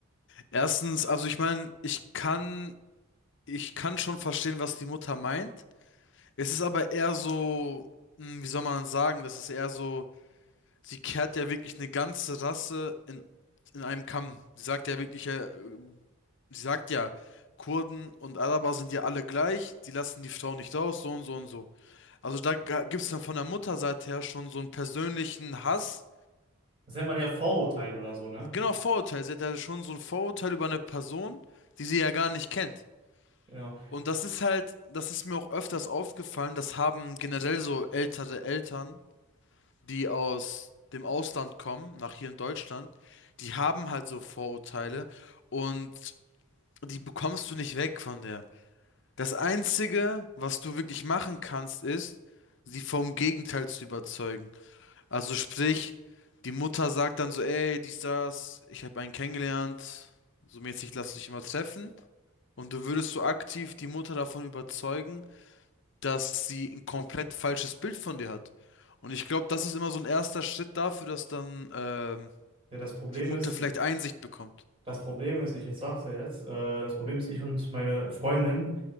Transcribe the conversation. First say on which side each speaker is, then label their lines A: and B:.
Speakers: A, on the left; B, on the right.
A: Erstens, also ich meine, ich kann, ich kann schon verstehen, was die Mutter meint. Es ist aber eher so, hm, wie soll man sagen, das ist eher so, sie kehrt ja wirklich eine ganze Rasse in, in einem Kamm. Sie sagt ja wirklich, äh, Sie sagt ja, Kurden und Araber sind ja alle gleich, die lassen die Frau nicht raus, so und so und so. Also da gibt es dann von der Mutterseite her schon so einen persönlichen Hass.
B: Das nennt man ja Vorurteil oder so, ne?
A: Genau, Vorurteil. Sie hat ja schon so ein Vorurteil über eine Person, die sie ja gar nicht kennt.
B: Genau.
A: Und das ist halt, das ist mir auch öfters aufgefallen, das haben generell so ältere Eltern, die aus dem Ausland kommen, nach hier in Deutschland, die haben halt so Vorurteile und die bekommst du nicht weg von der. Das Einzige, was du wirklich machen kannst, ist, sie vom Gegenteil zu überzeugen. Also sprich, die Mutter sagt dann so, ey, dies, das, ich habe einen kennengelernt, so mäßig lass dich immer treffen. Und du würdest so aktiv die Mutter davon überzeugen, dass sie ein komplett falsches Bild von dir hat. Und ich glaube, das ist immer so ein erster Schritt dafür, dass dann ähm,
B: Ja, das Problem
A: die Mutter
B: ist,
A: vielleicht Einsicht bekommt.
B: Das Problem ist, ich, ich sag's dir jetzt, äh, das Problem ist, ich und meine Freundin